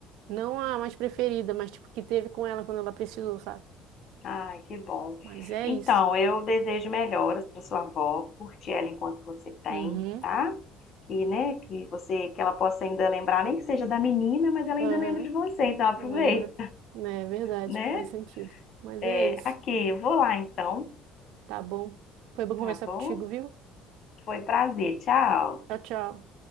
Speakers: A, on the right; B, on the left.
A: não a mais preferida, mas tipo, que teve com ela quando ela precisou, sabe?
B: Ai, que bom.
A: Mas é
B: Então,
A: isso.
B: eu desejo melhoras para sua avó, curte ela enquanto você tem,
A: Uhum,
B: tá? E, né, que você, que ela possa ainda lembrar, nem que seja da menina, mas ela
A: aham,
B: ainda lembra de você, então aproveita,
A: lembra. É verdade,
B: né?
A: faz sentido. Mas
B: É,
A: é isso,
B: aqui, eu vou lá então,
A: tá bom? Foi bom
B: tá
A: conversar
B: bom?
A: contigo, viu?
B: Foi um prazer, tchau.
A: Tchau, tchau.